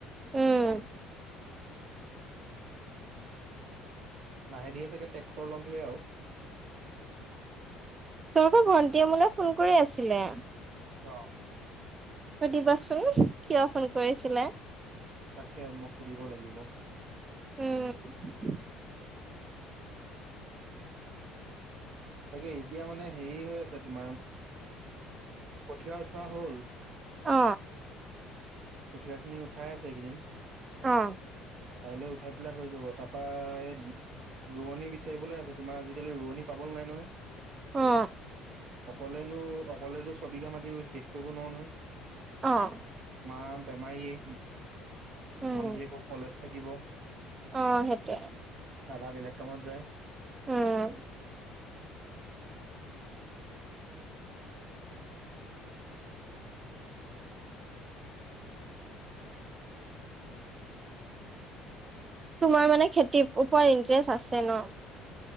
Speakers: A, on the right; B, on the right.
A: উম
B: লাহে ধীয়ে চাগে টেক্টৰ ল'মগে আৰু
A: তোমালোকৰ ভন্টিয়ে মোলে ফোন কৰি আছিলে
B: অ
A: সুধিবাচোন কিয় ফোন কৰিছিলে
B: তাকে মই সুধিব লাগিব
A: উম
B: তাকে এতিয়া মানে হেৰি হৈ আছে তোমাৰ কঠীয়া উঠোৱা হ'ল
A: অ
B: কঠীয়াখিনি উঠাই আছে এইকেইদিন
A: অ।
B: কাইলৈ উঠাই পেলাই হৈ যাব তাপা এইন ৰোৱনী বিচাৰিবলৈ আছে তোমাৰ আজিকালি ৰোৱনী পাবলৈ নাই নহয়।
A: অ
B: অকলেনো অকলেতো ছবিঘা মাতি ৰুই শেষ কৰিব নোৱাৰো নহয়
A: অঁ
B: মা বেমাৰীয়ে
A: উম,
B: ভন্টীয়ে আক কলেজ থাকিব
A: অ সেইটোৱে
B: দাদা বেলেগ কামত যায়
A: উম, তোমাৰ মানে খেতিৰ ওপৰত ইণ্টেৰেষ্ট আছে ন